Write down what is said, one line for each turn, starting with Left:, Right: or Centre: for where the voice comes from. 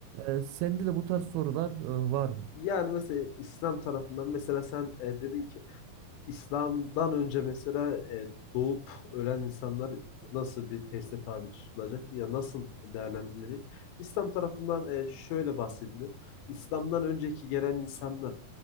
Right: E, sende de bu tarz sorular e, var mı?
Left: Yani mesela İslam tarafından mesela sen e, dedin ki İslam'dan önce mesela e, doğup ölen insanlar nasıl bir teste tabi tutulacak ya nasıl değerlendirilecek? İslam tarafından e, şöyle bahsediliyor. İslam'dan önceki gelen insanlar